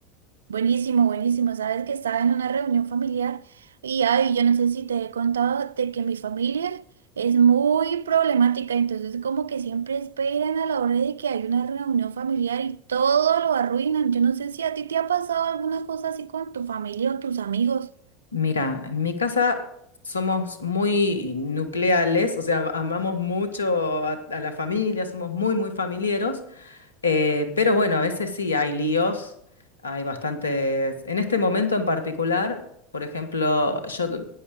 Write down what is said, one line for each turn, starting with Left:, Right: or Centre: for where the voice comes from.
Right: Buenísimo, buenísimo. Sabes que estaba en una reunión familiar y ay, yo no sé si te he contado de que mi familia es muy problemática, entonces como que siempre esperan a la hora de que hay una reunión familiar y todo lo arruinan. Yo no sé si a ti te ha pasado alguna cosa así con tu familia o tus amigos.
Left: Mira, en mi casa somos muy nucleales, o sea, amamos mucho a, a la familia, somos muy, muy familieros, eh, pero bueno, a veces sí hay líos, hay bastantes. En este momento en particular, por ejemplo, yo